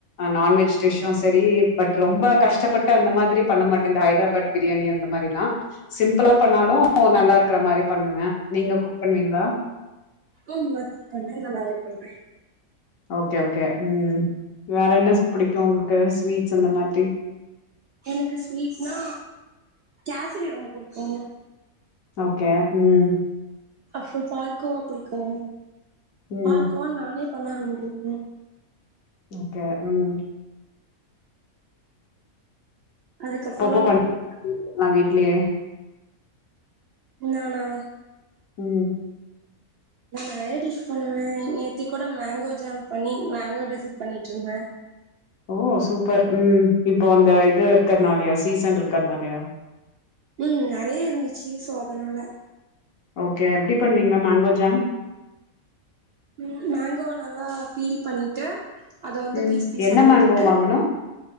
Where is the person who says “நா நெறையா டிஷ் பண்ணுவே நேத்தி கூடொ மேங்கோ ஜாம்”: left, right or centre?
Right